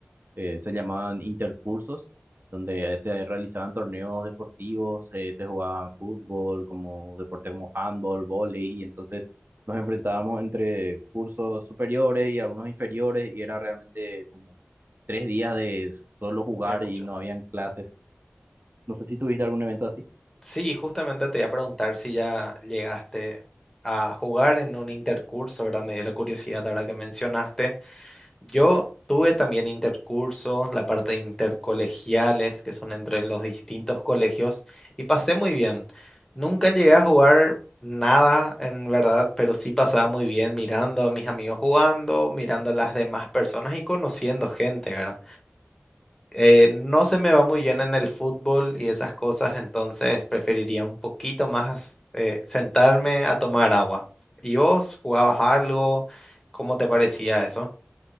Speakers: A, on the right; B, on the left.
A: eh, se llamaban intercursos, donde se realizaban torneos deportivos, eh, se jugaban fútbol, como deporte como handball, vóley, y entonces nos enfrentábamos entre cursos superiores y algunos inferiores, y era realmente como tres días de solo jugar
B: De mucho.
A: y no habían clases. No sé si tuviste algún evento así.
B: Sí, justamente te voy a preguntar si ya llegaste a jugar en un intercurso, ¿verdad? Me dio la curiosidad ahora que mencionaste. Yo tuve también intercursos, la parte de intercolegiales, que son entre los distintos colegios, y pasé muy bien. Nunca llegué a jugar nada, en verdad, pero sí pasaba muy bien mirando a mis amigos jugando, mirando a las demás personas y conociendo gente, ¿verdad? eh, no se me va muy bien en el fútbol y esas cosas, entonces preferiría un poquito más eh, sentarme a tomar agua. ¿Y vos jugabas algo? ¿Cómo te parecía eso?